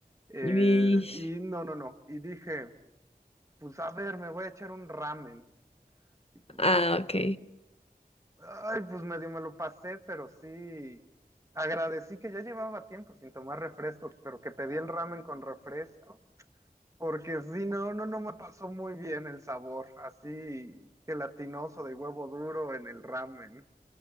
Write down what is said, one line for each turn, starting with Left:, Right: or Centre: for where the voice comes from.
Right: Eh,
Left: Y-
Right: y no, no, no. Y dije, pues a ver, me voy a echar un ramen. Y pues,
Left: Ah, ok.
Right: ay, pues medio me lo pasé, pero sí agradecí que ya llevaba tiempo sin tomar refresco, pero que pedí el ramen con refresco, porque sí, no, no, no me pasó muy bien el sabor, así gelatinoso de huevo duro en el ramen,